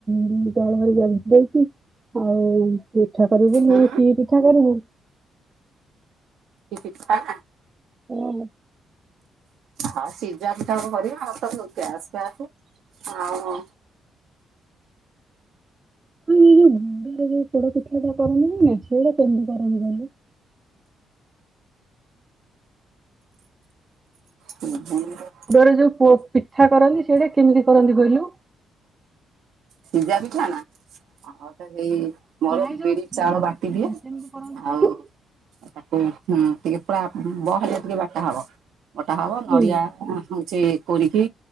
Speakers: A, on the right; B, on the right.
A: ବିରି ଚାଉଳ ଘେରିକା କିଛି ଦେଇଛି ଆଉ ପିଠା କରିବୁ ମୁଁ
B: ହୁଁ
A: କି ପିଠା କରିବୁ?
B: କି ପିଠା?
A: ହଁ ହେଲା।
B: ହ ସିଝା ପିଠା ଗୋଟେ କରିବା ହ ତ ଗ୍ୟାସ୍ ଫ୍ୟାସ୍ ଆଉ।
A: ହଁ ଏଇ ଯୋଉ ଗୁଡରେ ଯୋଉ ପୋଡ ପିଠା ଟା କରନ୍ତି ନା ସେଇଟା କେମିତି କରନ୍ତି କହିଲୁ।
B: <inaudible>
A: ଗୁଡରେ ଯୋଉ ପୋ ପିଠା କରନ୍ତି ସେଇଟା କେମିତି କରନ୍ତି କହିଲୁ।
B: ସିଝା ପିଠା ନା ଆଉ ତ ହେଇ ମୋର
A: ନାଇଁ ଯୋଉ
B: ବିରି
A: ପୋଡ
B: ଚାଉଳ ବାଟି
A: ପିଠା
B: ଦିଏ
A: ଟା କେମିତି କରନ୍ତି କହିଲୁ?
B: ଆଉ ତାକୁ ଟିକେ ପୁରା ବହଳିଆ ଟିକେ ବାଟା ହବ ବଟା ହବ ନଡିଆ
A: ହୁଁ,
B: ସେ କୋରିକି